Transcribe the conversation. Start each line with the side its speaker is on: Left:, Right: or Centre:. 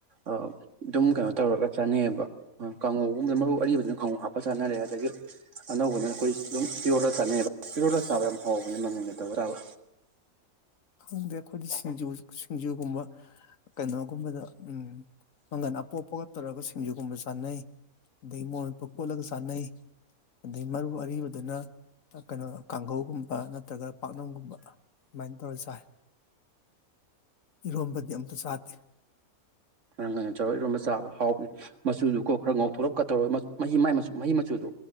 Right: ꯑꯗꯨꯝ ꯀꯩꯅꯣ ꯇꯧꯔꯒ ꯆꯥꯅꯩꯑꯕ ꯀꯥꯡꯉꯨꯒꯨꯝꯕꯗ ꯃꯔꯨ ꯑꯔꯤꯕꯗꯨꯅ ꯀꯥꯡꯉꯨ ꯍꯥꯞꯄ ꯆꯥꯅꯔꯦ ꯑꯗꯒꯤ ꯑꯅꯧꯕꯅ ꯑꯩꯈꯣꯏ ꯑꯗꯨꯝ ꯏꯔꯣꯜꯒ ꯆꯥꯅꯩꯑꯕ ꯏꯔꯣꯜꯂ ꯆꯥꯕꯗ ꯌꯥꯝ ꯍꯥꯎꯕꯅꯤ ꯃꯉꯝ ꯂꯩꯗꯕ꯭ꯔꯥꯕ
Left: ꯗꯤ ꯑꯩꯈꯣꯏꯗꯤ ꯁꯤꯡꯖꯨ ꯁꯤꯡꯖꯨꯒꯨꯝꯕ ꯀꯩꯅꯣꯒꯨꯝꯕꯗ ꯎ ꯃꯪꯒꯟ ꯑꯄꯣꯞꯄꯒ ꯇꯧꯔꯒ ꯁꯤꯡꯖꯨꯒꯨꯝꯕ ꯆꯥꯅꯩ ꯑꯗꯗꯒꯤ ꯃꯣꯔꯄ ꯀꯣꯠꯂꯒ ꯆꯥꯅꯩ ꯑꯗꯩ ꯃꯔꯨ ꯑꯔꯤꯕꯗꯨꯅ ꯀꯩꯅꯣ ꯀꯥꯡꯈꯧꯒꯨꯝꯕ ꯅꯠꯇ꯭ꯔꯒ ꯄꯥꯛꯅꯝꯒꯨꯝꯕ ꯑꯗꯨꯃꯥꯏꯅ ꯇꯧꯔ ꯏꯔꯣꯝꯕꯗꯤ ꯑꯝꯇ ꯆꯥꯗꯦ
Right: ꯅꯪ ꯉꯩꯅ ꯆꯔꯣꯏ ꯏꯔꯣꯟꯝꯕ ꯆꯥꯕ ꯍꯥꯎꯕꯅꯦ ꯃꯆꯨꯗꯨꯀꯣ ꯈꯔ ꯉꯥꯎꯊꯣꯔꯛꯀ ꯇꯧꯔꯒꯤ ꯃꯍꯤ ꯃꯆꯨꯗꯣ